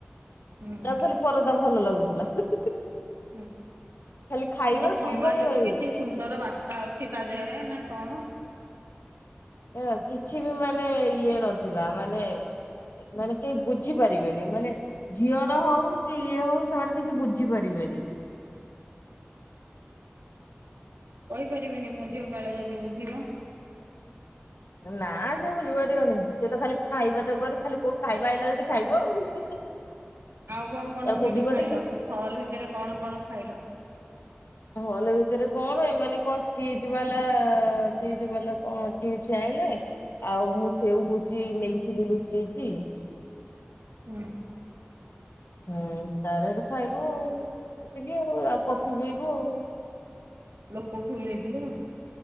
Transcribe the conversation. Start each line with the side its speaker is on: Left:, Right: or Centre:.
Right: ହୁଁ
Left: ତାକୁ ଖାଲି ପରଦା ଭଲ ଲାଗୁଥିଲା। ଖାଲି
Right: ହୁଁ।
Left: ଖାଇବା
Right: ଏ ସମାଜକୁ
Left: ପିଇବା ଇଏ ଏଇ
Right: କିଛି ସୁନ୍ଦର ବାର୍ତ୍ତା ଅଛି ତା ଦେହରେ ନା କଣ?
Left: ଏ କିଛି ବି ମାନେ ଇଏ ନଥିଲା ମାନେ ମାନେ କେହି ବୁଝି ପାରିବେନି ମାନେ ଝିଅର ହଉ କି ଇଏ ହଉ ସେମାନେ କିଛି ବୁଝି ପାରିବେନି।
Right: କହିପାରିବିନି ମୋ ଝିଅ କାଳେ ଯଦି ବୁଝିବ।
Left: ନା ସେ ବୁଝିପାରିବନି ସିଏ ତ ଖାଲି ଖାଇବା ଚକରରେ ଖାଲି କୋଉଠୁ ଖାଇବା ଆଇଲା ଯଦି ଖାଇବ ଆଉ। <unintelligible>
Right: ଆଉ କଣ କଣ
Left: ତାର
Right: ସେଇଠି
Left: ମୁଭି
Right: ଖାଇଲ
Left: ଦେଖିବ
Right: ହଲ୍ ଭିତରେ କଣ କଣ ଖାଇଲ?
Left: ହଲ ଭିତରେ କଣ ଏମାନେ କଣ ଚିଜ ବାଲା ଚିଜ୍ ବାଲା କଣ ଚିପ୍ସ ଆଇଁଲେ। ଆଉ ମୁଁ ସେଉ ଭୁଜି ନେଇଥିଲି ଲୁଚେଇକି।
Right: ହୁଁ।
Left: ହୁଁ ତାରେ ହେଠୁ ଖାଇଲୁ ଆଉ ସେତିକି ଆଉ ଆଉ କଫି ପିଇଲୁ ଆଉ।
Right: ଲୋକ ଫୁଲ ହେଇ ଥିଲେ ଆଉ।